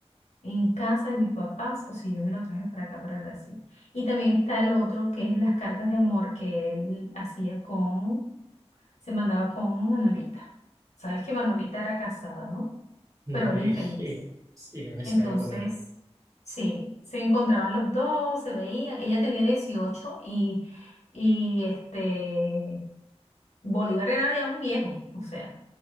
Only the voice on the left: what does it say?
en casa de mis papás o si yo me lo traje para acá, para Brasil. Y también está el otro, que es las cartas de amor que él hacía con, se mandaba con Manolita. Sabes que Manolita era casada, ¿no?
Pero era
infeliz.
Entonces,
sí, se encontraban los dos, se veían. Ella tenía 18 y, y este, Bolívar era ya un viejo, o sea.